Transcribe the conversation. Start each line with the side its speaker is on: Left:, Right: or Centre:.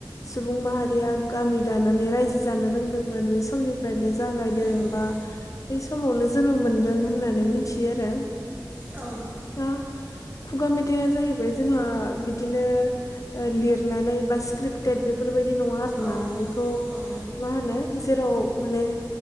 Left: सुबुं माहारिया गामि दानानै रायजो जानो रोंदोंमोन बे समनि फ्रायनो जागायदों
Right: औ
Left: बा बै समावनो जोनोम मोनदों होननानै मिथियो आरो
Right: औ
Left: दा खुगा मेथाइआ जाहैबाय जोंहा बिदिनो लिरनानै बा स्क्रिप्ट टेट बेफोर बायदि नङा आरोना
Right: औ
Left: बेखौ
Right: औ
Left: मा होनो जेराव माने